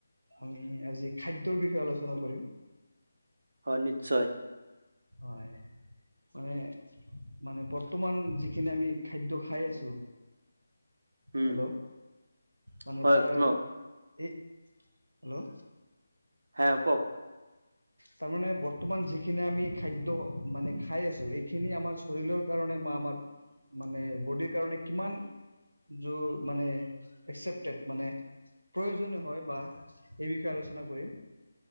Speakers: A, on the right (about 80°); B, on the right (about 55°).
A: আমি আজি খাদ্যৰ বিষয়ে আলোচনা কৰিম।
B: হয়, নিশ্চয়।
A: হয়। মানে মানে বৰ্তমান যিখিনি আমি খাদ্য খাই আছোঁ।
B: উম
A: হেল্ল' মানে
B: হয়
A: তাৰ
B: শুনক
A: এই হেল্ল'
B: হে, কওঁক।
A: তাৰমানে, বৰ্তমান যিখিনি আমি খাদ্য, মানে খাই আছোঁ, এইখিনি আমাৰ শৰীৰৰ কাৰণে বা আমাৰ মানে বডিৰ কাৰণে কিমান যো, মানে একচেপটেড মানে প্ৰয়োজন হয়, বা এই বিষয়ে আলোচনা কৰিম।